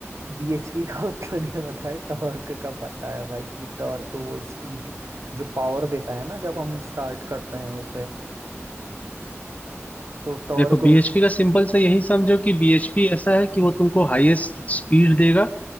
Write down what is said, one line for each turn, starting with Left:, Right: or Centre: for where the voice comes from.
Right: बीएचपी का <laughs> उतना नहीं पता है टॉर्क का पता है भाई कि टॉर्क वो स्पीड जो पावर देता है ना जब हम स्टार्ट करते हैं उसे तो टॉर्क
Left: देखो बीएचपी
Right: उस
Left: का सिंपल सा यही समझो कि बीएचपी ऐसा है कि वो तुमको हाईएस्ट स्पीड देगा